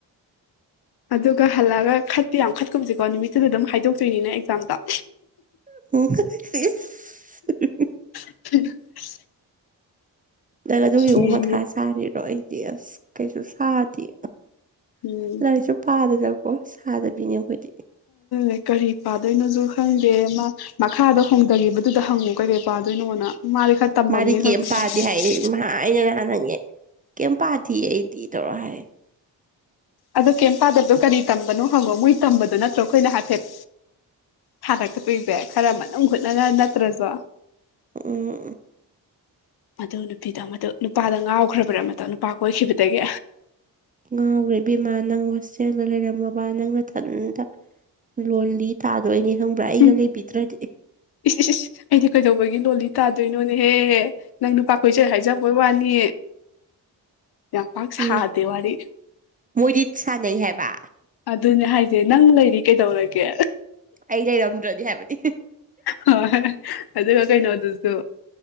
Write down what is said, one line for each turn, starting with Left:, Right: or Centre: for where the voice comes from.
Left: ꯑꯗꯨꯒ ꯍꯜꯂꯛꯑꯒ ꯈꯠꯇꯤ ꯌꯥꯝ ꯈꯠꯀꯨꯝꯁꯦꯀꯣ ꯅꯨꯃꯤꯠꯇꯨꯗ ꯑꯗꯨꯝ ꯍꯥꯏꯗꯣꯛꯇꯨꯏꯅꯤꯅ ꯑꯦꯛꯖꯥꯝꯗꯣ
Right: ꯑꯣ
Left: <unintelligible>
Right: ꯅꯪ ꯑꯗꯨꯒꯤ
Left: ꯎꯝ
Right: ꯃꯨꯛ ꯃꯊꯥ ꯁꯥꯔꯤꯔꯣ ꯀꯩꯁꯨ ꯁꯥꯗꯦ
Left: ꯎꯝ
Right: ꯂꯥꯏꯔꯤꯛꯁꯨ ꯄꯥꯗꯅꯀꯣ ꯁꯥꯗꯕꯤꯅꯦ ꯑꯩꯈꯣꯏꯗꯤ
Left: ꯑ ꯀꯔꯤ ꯄꯥꯗꯣꯏꯅꯣꯁꯨ ꯈꯪꯗꯦ ꯃꯥ ꯃꯈꯥꯗ ꯍꯣꯡꯊꯈꯤꯕꯗꯨꯗ ꯍꯪꯉꯣ ꯀꯩꯀꯩ ꯄꯥꯗꯣꯏꯅꯣꯅ ꯃꯥꯗꯤ ꯈꯔ ꯇꯝꯃꯝꯅꯤ
Right: ꯃꯥꯗꯤ ꯀꯩꯝ
Left: ꯈꯔ ꯈꯪꯉꯝꯃꯅꯤꯅ
Right: ꯄꯥꯗꯤ ꯍꯥꯏ ꯑꯩꯅ ꯅꯍꯥꯟ ꯍꯪꯉꯦ ꯀꯩꯝ ꯄꯥꯗꯤ ꯑꯩꯗꯤ ꯇꯧꯔꯣ ꯍꯥꯏꯌꯦ
Left: ꯑꯗꯣ ꯀꯩ ꯄꯥꯗꯕꯗꯣ ꯀꯔꯤ ꯇꯝꯕꯅꯣ ꯍꯪꯉꯣ ꯃꯣꯏ ꯇꯝꯕꯗꯣ ꯅꯠꯇ꯭ꯔꯣ ꯑꯩꯈꯣꯏꯅ ꯍꯥꯏꯐꯦꯠ ꯊꯥꯔꯛꯀꯗꯣꯏꯁꯦ ꯈꯔ ꯃꯅꯨꯡ ꯍꯨꯠꯅ ꯅꯠꯇ꯭ꯔꯁꯨ
Right: ꯎꯝ
Left: ꯃꯗꯨ ꯅꯨꯄꯤꯗ ꯃꯗꯨ ꯅꯨꯄꯥꯗ ꯉꯥꯎꯈ꯭ꯔꯕ꯭ꯔꯥ ꯃꯗꯣ ꯅꯨꯄꯥ ꯀꯣꯏꯈꯤꯕꯗꯒꯤ
Right: ꯉꯥꯎꯈ꯭ꯔꯦ ꯏꯕꯦꯝꯃ ꯅꯪ ꯍꯣꯁꯇꯦꯜꯗ ꯂꯩꯔꯝꯃꯕ ꯅꯪ ꯃꯊꯟꯇ ꯂꯣ ꯂꯤ ꯊꯥꯗꯣꯏꯅꯦ ꯈꯪꯕ꯭ꯔꯥ ꯑꯩꯒ
Left: ꯎꯝ
Right: ꯂꯩꯕꯤꯗ꯭ꯔꯗꯤ
Left: ꯏꯁ ꯑꯦꯁ ꯑꯩꯗꯤ ꯀꯩꯗꯧꯕꯒꯤ ꯂꯣꯜꯂꯤ ꯇꯥꯗꯣꯏꯅꯣꯅꯦꯍꯦ ꯅꯪ ꯅꯨꯄꯥ ꯀꯣꯏꯖꯩ ꯍꯥꯏꯖꯕꯩ ꯋꯥꯅꯤ ꯌꯥꯝ ꯄꯥꯛ ꯁꯥꯗꯦ
Right: ꯑꯦ
Left: ꯋꯥꯔꯤ
Right: ꯃꯣꯏꯗꯤ ꯁꯥꯟꯅꯩ ꯍꯥꯏꯕ
Left: ꯑꯗꯨꯅꯦ ꯍꯥꯏ ꯁꯦ ꯅꯪ ꯂꯩꯔꯤ ꯀꯩꯗꯧꯔꯒꯦ
Right: ꯑꯩ ꯂꯩꯔꯝꯗ꯭ꯔꯗꯤ ꯍꯥꯏꯕꯅꯤ
Left: ꯍꯣꯏ ꯑꯗꯨꯒ ꯀꯩꯩꯅꯣꯗꯁꯨ